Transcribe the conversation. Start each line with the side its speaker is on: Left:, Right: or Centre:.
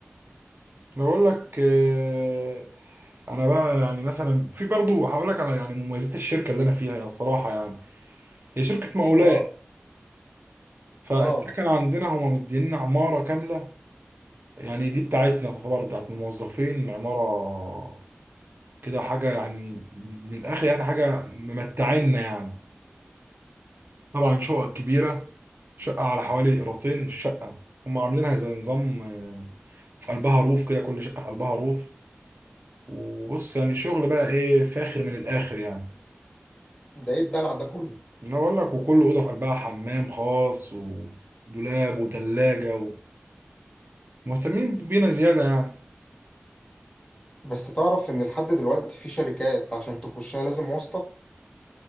Right: انا بقول لك آه، انا بقى يعني مثلا في برضو هقول لك على يعني مميزات الشركة اللي انا فيها يعني الصراحة يعني هي شركة مقاولات
Left: اه
Right: فالسكن
Left: اه
Right: عندنا هما مدينا عمارة كاملة يعني دي بتاعتنا تعتبر بتاعت الموظفين عمارة كده حاجة يعني من الآخر يعني حاجة ممتعنا يعني طبعا شقق كبيرة شقة على حوالي قيراطين الشقة هم عاملينها زي نظام آه، في قلبها روف كده كل شقة في قلبها روف وبص يعني شغل بقى إيه فاخر من الآخر يعني
Left: ده ايه الدلع ده كله
Right: أنا بقول لك وكل أوضة في قلبها حمام خاص ودولاب وتلاجة ومهتمين بينا زيادة يعني
Left: بس تعرف ان لحد دلوقتي في شركات عشان تخشها لازم واسطة